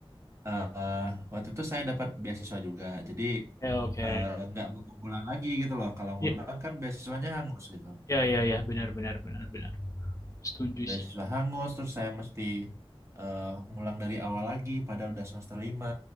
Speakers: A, on the right; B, on the left.
A: eh, waktu itu saya dapat beasiswa juga jadi
B: Ya, oke.
A: eh, nggak mau ngulang lagi gitu loh kalau ngulang
B: Iya,
A: kan beasiswanya hangus gitu
B: iya, iya, iya. Benar, benar, benar, benar. Setuju
A: beasiswa
B: sih.
A: hangus terus saya mesti eh, ngulang dari awal lagi padahal udah semester lima